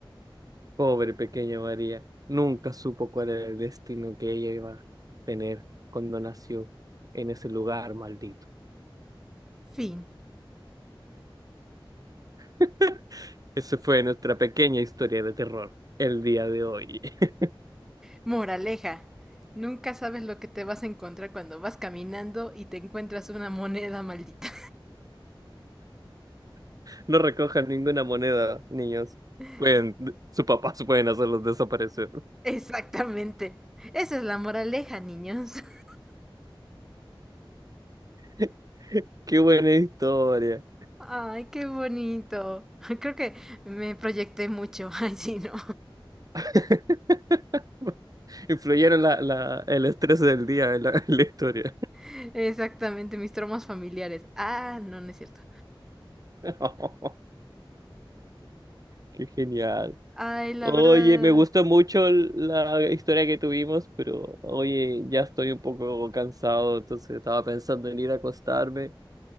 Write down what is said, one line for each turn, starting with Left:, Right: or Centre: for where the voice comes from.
Right: Pobre pequeña María, nunca supo cuál era el destino que ella iba a tener cuando nació en ese lugar maldito.
Centre: Fin.
Right: <laughs> Esa fue nuestra pequeña historia de terror el día de hoy. <laughs>
Centre: Moraleja, nunca sabes lo que te vas a encontrar cuando vas caminando y te encuentras una moneda maldita.
Right: No recojan ninguna moneda, niños.
Centre: <laughs>
Right: Pueden, sus papás pueden hacerlos desaparecer.
Centre: Exactamente. Esa es la moraleja, niños. <laughs>
Right: <laughs> Qué buena historia.
Centre: Ay, qué bonito. <laughs> Creo que me proyecté mucho. <laughs> Ay, sí, no.
Right: <laughs> Influyeron la, la, el estrés del día en la, en la historia.
Centre: <laughs> Exactamente, mis traumas familiares. Ah, no, no es cierto.
Right: <laughs> Qué genial.
Centre: Ay, la
Right: Oye,
Centre: verdad.
Right: me gustó mucho l- la historia que tuvimos, pero oye, ya estoy un poco cansado, entonces estaba pensando en ir a acostarme.